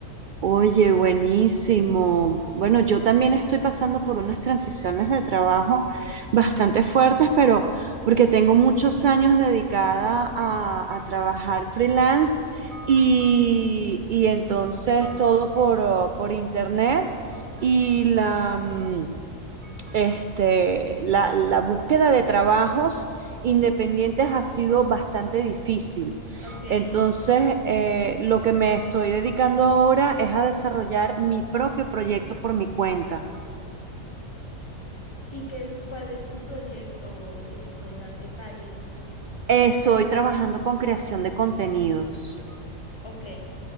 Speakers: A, on the right (about 80°); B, on the left (about 20°).
A: Oye, buenísimo. Bueno, yo también estoy pasando por unas transiciones de trabajo bastante fuertes, pero porque tengo muchos años dedicada a, a trabajar freelance y, y entonces todo por, uh, por internet y la... mm, este, la, la búsqueda de trabajos independientes ha sido bastante difícil.
B: Ok.
A: Entonces, eh, lo que me estoy dedicando ahora es a desarrollar mi propio proyecto por mi cuenta.
B: ¿Y qué es, cuál es tu proyecto? O si me puedes dar detalles.
A: Estoy trabajando con creación de contenidos.
B: Ok.